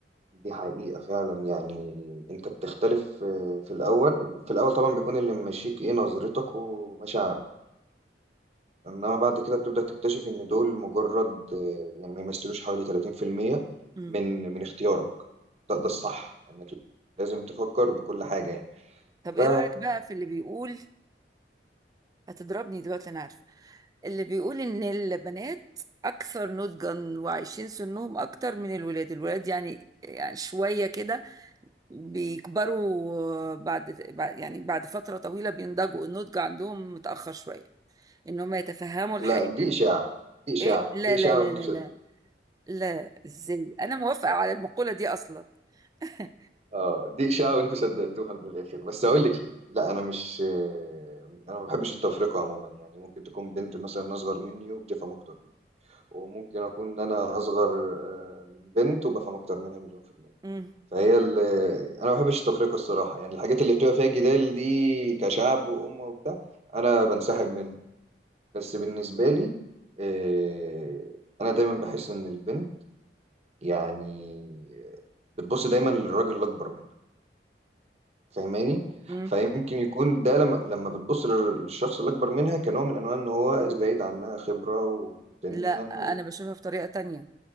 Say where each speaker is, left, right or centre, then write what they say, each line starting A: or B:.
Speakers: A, on the right; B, on the right.
A: دي حقيقة فعلا يعني انت بتختلف في في الأول في الأول طبعا بيكون اللي ممشيك ايه نظرتك ومشاعرك انما بعد كده بتبدأ تكتشف ان دول مجرد آه، يعني ما يمثلوش حوالي 30%
B: مم.
A: من من اختيارك ده ده الصح انك لازم تفكر بكل حاجة يعني
B: طب
A: ف
B: ايه رأيك بقى في اللي بيقول هتضربني دلوقتي انا عارفه اللي بيقول ان البنات اكثر نضجا وعايشين سنهم اكتر من الولاد الولاد يعني يعني شويه كده بيكبروا آه، بعد بعد- يعني بعد فتره طويله بينضجوا النضج عندهم متاخر شويه ان هم يتفهموا الحياه
A: لا دي إشاعة دي إشاعة
B: ايه لا
A: دي إشاعة
B: لا لا
A: وانتوا
B: لا لا لا ازاي انا موافقه على المقوله دي اصلا <laughs>
A: اه دي إشاعة وأنتوا صدقتوها من الآخر بس أقول لك ليه لا أنا مش آه، أنا ما بحبش التفرقة عموما يعني ممكن تكون بنت مثلا أصغر مني وبتفهم أكتر مني وممكن أكون ان أنا أصغر آه، من بنت وبفهم أكتر منها مليون في المية
B: مم.
A: فهي ال... أنا ما بحبش التفرقة الصراحة يعني الحاجات اللي بتبقى فيها جدال دي كشعب وأمة وبتاع أنا بنسحب منها بس بالنسبة لي آه، أنا دايما بحس إن البنت يعني آه، بتبص دايما للراجل الأكبر منها فاهماني
B: مم.
A: فيمكن يكون ده لما لما بتبص لل- للشخص اللي اكبر منها كنوع من انواع ان هو زايد عنها خبره وسنا
B: لا
A: و...
B: انا بشوفها في طريقه تانية